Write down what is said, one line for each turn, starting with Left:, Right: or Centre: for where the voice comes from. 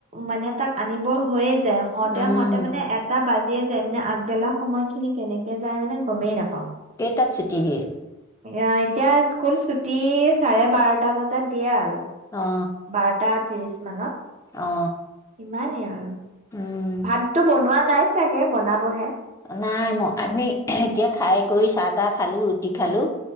Right: মানে তাক আনিবৰ হৈয়ে য হওঁতে
Left: উম
Right: হওঁতে মানে এটা ব এই যায় মানে আগবেলা সময়খিনি কেনেকে যায় মানে গমেই নাপাওঁ
Left: কেইতাত তাত ছুটি দিয়ে
Right: এতিয়া স্কুল ছুটি চাৰে বাৰটা বজাত দিয়ে আৰু
Left: অ
Right: বাৰটা ত্ৰিছ মানত
Left: অ
Right: ইমানেই আৰু
Left: উম
Right: ভাতটো বনোৱা নাই চাগে বনাবহে
Left: নাই মই আমি এতিয়া খাই কৰি চাহ তাহ খালো ৰুটি খালো